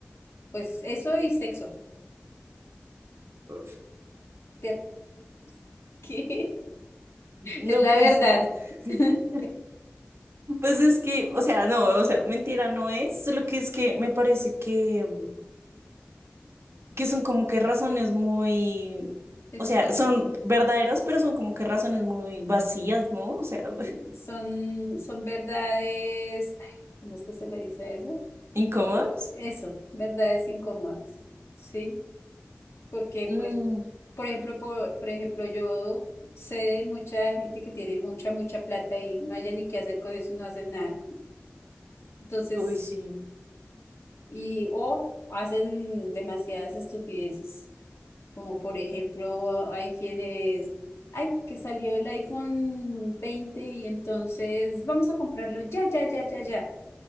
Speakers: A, on the left; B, on the right.
A: Pues eso y sexo.
B: Uf.
A: Te- <laughs> que
B: No,
A: Es la
B: pues,
A: verdad.
B: <laughs>
A: <laughs>
B: pues es que, o sea, no, o sea, mentira no es, solo que es que me parece que, que son como que razones muy,
A: Es-
B: o sea,
A: la- es lo-
B: son verdaderas, pero son como que razones muy vacías, ¿no? O sea,
A: mm,
B: <laughs>
A: son, son verdades. ay, ¿Cómo es que se le dice a eso?
B: incómodas.
A: Eso, verdades incómodas. ¿Sí? Porque,
B: Mm,
A: pues, por ejemplo, por, por ejemplo, yo sé de mucha gente que tiene mucha, mucha plata y no haya ni qué hacer con eso, no hacen nada. Entonces,
B: uy, sí.
A: y o hacen demasiadas estupideces. Como por ejemplo, hay quienes, ay, que salió el iPhone 20 y entonces vamos a comprarlo ya, ya, ya, ya, ya.